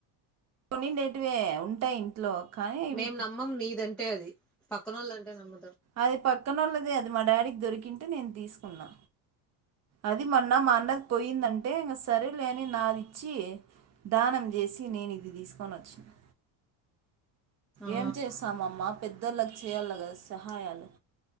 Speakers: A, on the right; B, in the centre.
A: కొన్నిండేటివే ఉంటాయి ఇంట్లో కానీ ఇవి
B: మేం నమ్మం నీదంటే అది పక్కనోళ్ళదంటే నమ్మ
A: అది పక్కనోళ్లదే అది మా డాడకి దొరికకి నేను తీసుకున్నా అది మొన్న మా అన్నది పోయిందంటే ఇంక సరేలేని నాది చి దానం జేసి నేను ఇది తీసుకొని వచ్చను
B: ఆ
A: ఏం చేసామమ్మ పెద్దోల్లకి చెయ్యల్ల గదా సహాయాలు